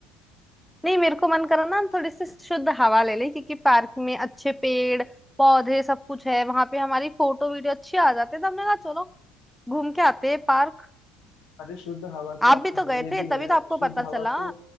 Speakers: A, in the centre; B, on the left.
A: नहीं मेरे को मन करा ना हम थोड़ी सी शुद्ध हवा ले ले क्योंकि पार्क में अच्छे पेड़ पौधे सब कुछ है वहां पे हमारी फोटो वीडियो अच्छी आ जाती है तो हमने कहा चलो घूम के आते हैं पार्क
B: अरे शुद्ध हवा तो
A: आप
B: आपके
A: भी तो गए
B: घर में
A: थे
B: भी
A: तभी
B: है
A: तो आपको
B: शुद्ध
A: पता
B: हवा
A: चला
B: तो